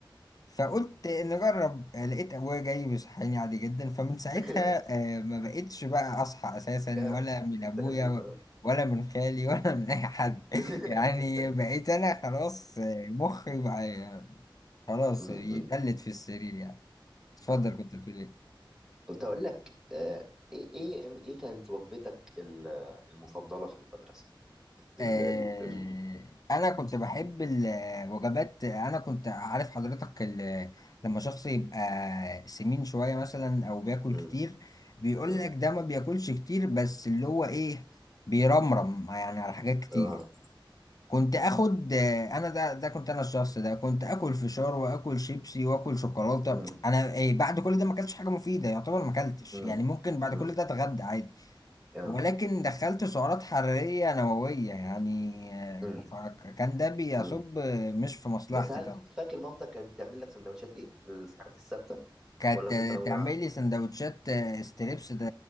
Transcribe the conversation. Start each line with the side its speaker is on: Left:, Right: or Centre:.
Left: فقلت نجرب آه، لقيت ابويا جاي بيصحيني عادي جدا فمن ساعتها
Centre: <laughs>
Left: آه ما بقتش بقى اصحى اساسا
Centre: خاف
Left: ولا من
Centre: من
Left: ابويا
Centre: التهديد
Left: و-
Centre: اه
Left: ولا من خالي ولا من اي حد <laughs>
Centre: <laughs>
Left: يعني بقيت انا خلاص آه، مخي بقى خلاص
Centre: م-
Left: يتلت
Centre: م.
Left: في السرير يعني اتفضل
Centre: آه.
Left: كنت بتقول ايه
Centre: كنت هقول لك آه، ايه ايه ايه كانت وجبتك ال- المفضلة في المدرسة ال
Left: آه
Centre: ال ال
Left: انا كنت بحب الوجبات انا كنت عارف حضرتك ال- لما شخص يبقى سمين شوية مثلا او بياكل
Centre: م-
Left: كتير بيقول
Centre: م.
Left: لك ده ما بياكلش كتير بس اللي هو ايه بيرمرم يعني على حاجات كتير
Centre: اه
Left: كنت اخد آه، انا ده ده كنت انا الشخص ده كنت اكل فشار واكل شيبسي واكل شوكولاتة
Centre: م-
Left: انا إيه بعد كل ده ما اكلتش حاجة مفيدة يعتبر ما اكلتش
Centre: م-
Left: يعني ممكن بعد
Centre: م.
Left: كل ده اتغدى عادي
Centre: آه.
Left: ولكن دخلت سعرات حرارية نووية يعني آه،
Centre: م-
Left: كان ده بيصب
Centre: م.
Left: مش في مصلحتي
Centre: بس هل
Left: طبعا
Centre: فاكر مامتك كانت بتعمل لك سندوتشات ايه الحاجات الثابتة
Left: كانت
Centre: ولا متنوعة
Left: آه، تعمل لي سندوتشات آه، ستريبس ده